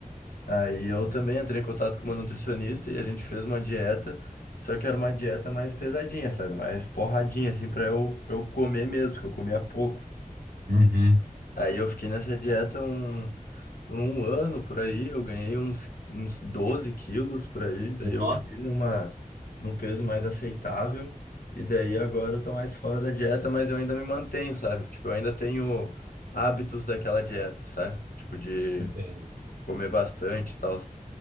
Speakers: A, on the left; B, on the right.
A: Aí eu também entrei em contato com uma nutricionista e a gente fez uma dieta, só que era uma dieta mais pesadinha, sabe? Mais porradinha, assim, pra eu, pra eu comer mesmo, porque eu comia pouco.
B: Uhum.
A: Aí eu fiquei nessa dieta um, por um ano por aí, eu ganhei uns, uns 12 quilos por aí, daí eu
B: Ó,
A: fiquei numa, num peso mais aceitável, e daí agora eu tô mais fora da dieta, mas eu ainda me mantenho, sabe? Tipo, eu ainda tenho hábitos daquela dieta, sabe? Tipo, de
B: entendo.
A: comer bastante e tal.